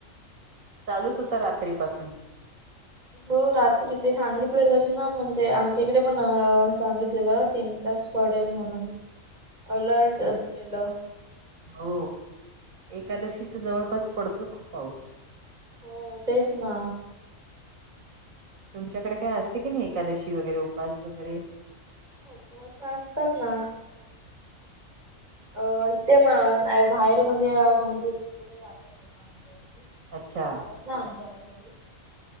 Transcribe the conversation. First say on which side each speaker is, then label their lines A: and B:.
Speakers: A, on the right; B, on the right.
A: चालूच होता रात्री रात्री पासून
B: तो रात्री ते सांगिलं - तेलंस ना म्हणजे आमच्याकडे पण सांगितलेलं तीन तास पडेल म्हणून.
A: <unintelligible>
B: अलर्ट दिलेलं.
A: हो एकादशीच्या जवळपास पडतोचं तो पाऊस.
B: हो तेच ना.
A: तुमच्या कडे असते की नाही एकादशी वगैरे उपवास वगैरे?
B: उपवास असतात ना अ इथे म ना - बाहेर म्हणजे मंदिर तिकडे जातात लोक आमच्या इथंली
A: अच्छा.
B: - आमच्या काय होईल. <inaudible>